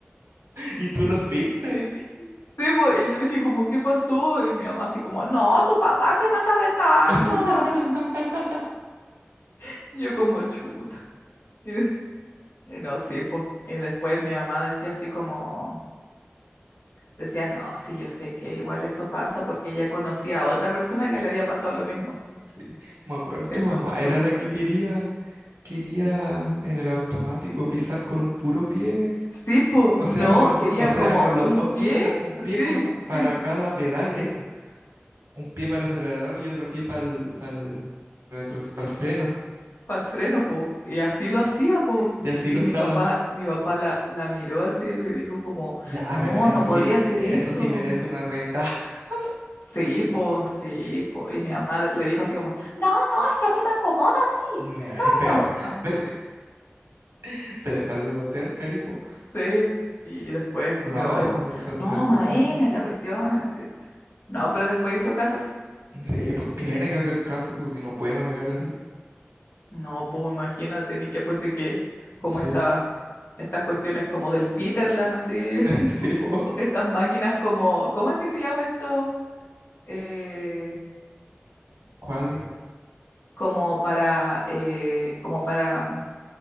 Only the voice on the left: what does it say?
<laughs> Sí, pues, y yo dije como, ¿qué pasó? Y mi mamá así como, no, tu papá que me anda retando.
Así, <laughs> y yo como, chuta. <laughs> Y, de- y no, sí, pues. Y después mi mamá decía así como, decía, no, sí, yo sé que igual eso pasa porque ella conocía a otra persona que le había pasado lo mismo,
que
su esposo
como
que
la retaba.
Sí, pues,
no,
quería
como
un
pie,
sí,
sí.
para el freno, po. Y así lo hacía, po.
Y
mi papá, mi papá la, la miró así y le dijo como,
no,
no podía
hacer
eso.
Sí, po, sí, po. Y mi mamá le dijo así como, no, no, es que a mí me acomoda así.
No,
no. Ah,
sí. Y después
mi papá dijo,
no,
Maena, es la cuestión. y le dijo así. No, pero después hizo caso, sí.
No, pues imagínate, ni que fuese que como
esta, estas cuestiones como del Peterland, así,
estas máquinas como, ¿cómo es que se llama esto? Eh,
como para, eh, como para, mm,